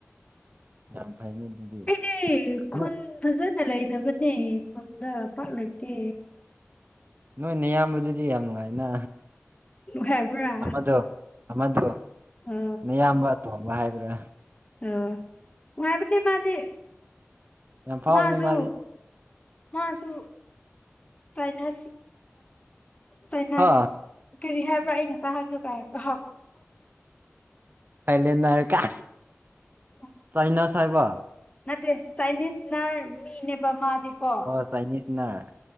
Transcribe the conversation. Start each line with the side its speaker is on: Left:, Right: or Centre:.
Right: ꯌꯥꯝ ꯐꯩꯅꯦ ꯑꯗꯨꯗꯤ
Left: ꯑꯩꯗꯤ ꯈꯨꯟ
Right: ꯅꯣꯏ
Left: ꯐꯖꯅ ꯂꯩꯗꯕꯅꯦ ꯈꯨꯟꯗ ꯄꯥꯛ ꯂꯩꯇꯦ
Right: ꯅꯣꯏꯅꯦ ꯏꯌꯥꯝꯕꯗꯨꯗꯤ ꯌꯥꯝ ꯅꯨꯡꯉꯥꯏꯅ
Left: ꯍꯥꯏꯕ꯭ꯔꯥ
Right: ꯑꯃꯗꯣ ꯑꯃꯗꯣ
Left: ꯑ
Right: ꯑꯌꯥꯝꯕ ꯇꯣꯝꯕ ꯍꯥꯏꯕ꯭ꯔꯥ
Left: ꯑ ꯋꯥꯥꯏꯕ ꯃꯥꯗꯤ
Right: ꯌꯥꯝ ꯐꯥꯎꯕꯅꯦ
Left: ꯃꯥꯁꯨ
Right: ꯃꯥꯗꯤ
Left: ꯃ ꯑꯁꯨ ꯆꯅꯥ ꯆꯅꯥꯁ
Right: ꯍꯥ
Left: ꯀꯔꯤ ꯍꯥꯏꯕ꯭ꯔꯥ ꯑꯩ ꯉꯁꯥꯏ ꯍꯥꯏꯖꯒꯥꯏꯀ
Right: ꯊꯥꯏꯂꯦꯟꯅꯔ ꯀꯥ
Left: ꯍ
Right: ꯆꯥꯏꯅꯥꯁ ꯍꯥꯏꯕ
Left: ꯅꯠꯇꯦ ꯆꯥꯏꯅꯤꯁ ꯅꯔ ꯃꯤꯅꯦꯕ ꯃꯥꯗꯤꯀꯣ
Right: ꯑꯣ ꯆꯥꯏꯅꯤꯁꯅꯔ